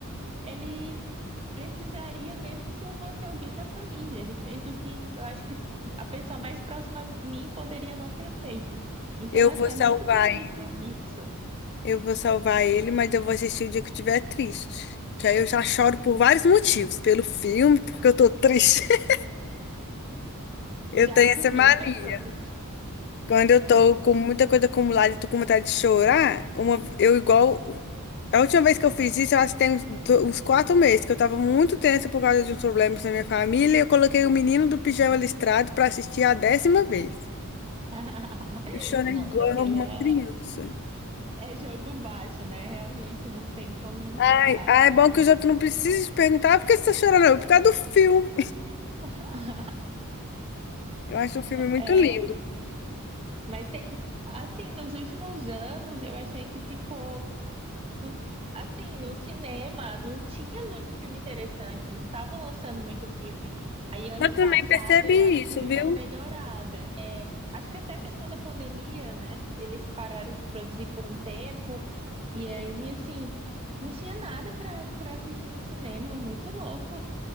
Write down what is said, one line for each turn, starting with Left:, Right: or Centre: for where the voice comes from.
Right: ele precisaria mesmo se eu fosse alguém da família. Ele fez o que eu acho que a pessoa mais próxima a mim poderia não ter feito. Então,
Left: Eu
Right: assim,
Left: vou
Right: é
Left: salvar
Right: muito bonito isso.
Left: Eu vou salvar ele, mas eu vou assistir o dia que eu estiver triste. Que aí eu já choro por vários motivos. Pelo filme, porque eu tô triste. <laughs> Eu
Right: Já
Left: tenho
Right: aproveita
Left: essa mania.
Right: tudo.
Left: Quando eu tô com muita coisa acumulada e tô com vontade de chorar, uma, eu igual. A última vez que eu fiz isso, eu acho que tem uns, do- uns quatro meses, que eu tava muito tensa por causa de uns problemas na minha família. E eu coloquei o menino do pijama listrado pra assistir a décima vez.
Right: <laughs>
Left: Eu chorei
Right: Nossa,
Left: igual
Right: aquele
Left: uma
Right: é,
Left: criança.
Right: é jogo baixo, né? Realmente não tem como não
Left: Ai,
Right: chorar,
Left: ah,
Right: assim.
Left: é bom que os outros não precisam te perguntar "Ah, por que você tá chorando, não?" por causa do filme.
Right: <laughs>
Left: Eu acho um filme muito
Right: É,
Left: lindo.
Right: mas tem, assim, nos últimos anos eu achei que ficou, não- assim, no cinema não tinha muito filme interessante, não estavam lançando muito filme. Aí ano
Left: Eu também
Right: passado
Left: percebi
Right: eu acho
Left: isso,
Right: que deu
Left: viu?
Right: uma melhorada. É, acho que até a questão da pandemia, né? Eles pararam de produzir por um tempo. E aí, assim, não tinha nada pra, pra assistir no cinema, muito louco.